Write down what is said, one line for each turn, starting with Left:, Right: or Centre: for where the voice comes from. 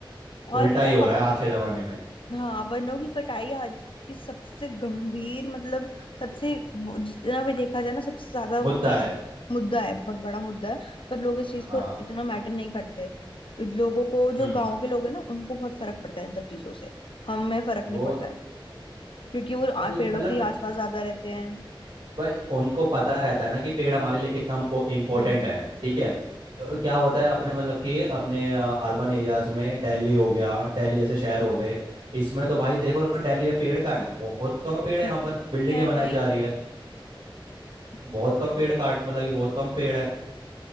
Left: और
Right: उल्टा
Left: पता
Right: ही हो
Left: है
Right: रहा है आज के जमाने में
Left: हाँ वनों की कटाई आज की सबसे गंभीर मतलब सबसे वो जितना भी देखा जाए ना सबसे ज्यादा
Right: मुद्दा
Left: चीज
Right: है
Left: मुद्दा है बहुत बड़ा मुद्दा है पर लोग इस
Right: हाँ
Left: चीज को इतना मैटर नहीं करते लोगों को जो
Right: हम्म
Left: गांव के लोग हैं ना उनको बहुत फर्क पड़ता है इन सब चीजों से हमें फर्क
Right: वो
Left: नहीं पड़ता है क्योंकि वो आ-
Right: मतलब
Left: पेड़ों के आसपास ज्यादा रहते हैं
Right: भाई उनको पता रहता है ना कि पेड़ हमारे लिए कितना इम्पोर्टेंट
Left: बिल्कुल
Right: है ठीक है तो क्या होता है अपने मतलब कि अपने अर्बन एरियाज में दिल्ली हो गया दिल्ली जैसे शहर हो गए इसमें तो भाई देखो ना, दिल्ली में पेड़ कहाँ है बहुत कम पेड़ है
Left: बिल्कुल
Right: यहाँ पर बिल्डिंगें
Left: है
Right: बनाई
Left: नहीं
Right: जा रही है
Left: बिल्कुल
Right: बहुत कम पेड़ काट मतलब कि बहुत कम पेड़ है